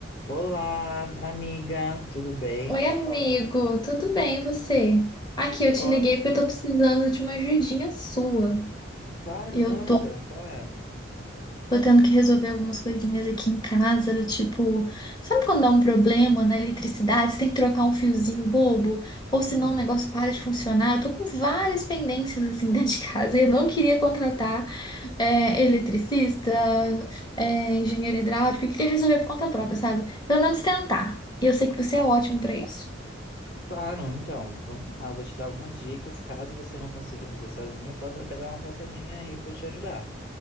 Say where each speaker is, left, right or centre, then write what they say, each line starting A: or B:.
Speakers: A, on the left; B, on the left.
A: Olá, amiga, tudo bem?
B: Oi, amigo, tudo bem e você? Aqui,
A: Tudo
B: eu te
A: ótimo.
B: liguei porque eu tô precisando de uma ajudinha sua.
A: Claro,
B: Eu
A: manda,
B: tô,
A: qual é?
B: tô tendo que resolver algumas coisinhas aqui em casa, do tipo, sabe quando dá um problema na eletricidade, você tem que trocar um fiozinho bobo, ou senão
A: Hum,
B: o negócio para de funcionar? Eu tô com várias pendências assim <laughs> dentro de casa e eu não queria contratar é, eletricista, é, engenheiro hidráulico, eu queria resolver por conta própria, sabe? Pelo menos tentar. E eu sei que você
A: tá.
B: é ótimo pra isso.
A: Claro, então, vamos lá, vou te dar algumas dicas. Caso você não consiga fazer sozinho, eu posso até dar uma passadinha aí pra te ajudar.